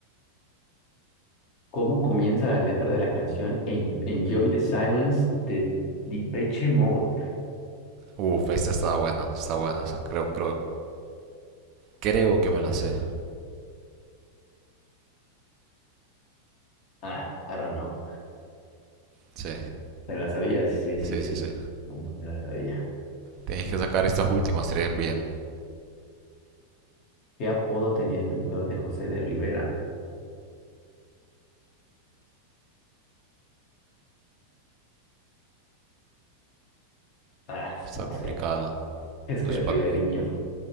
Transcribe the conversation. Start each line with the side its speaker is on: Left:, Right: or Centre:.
Left: ¿cómo comienza la letra de la canción En- Enjoy the Silence de Depeche Mode?
Right: Uf, esta está buena, está buena. Creo, creo, creo que me la sé.
Left: Ah, I don't know.
Right: Sí,
Left: ¿Te la sabías? Sí, sí,
Right: sí,
Left: sí.
Right: sí, sí.
Left: No, no me la sabía.
Right: Tenéis que sacar estas últimas tres bien.
Left: ¿Qué apodo tenía el pintor de José de Rivera? Ah,
Right: Está
Left: no
Right: complicada.
Left: sé. <laughs> Es
Right: Los
Left: que es
Right: pack.
Left: Riveriño.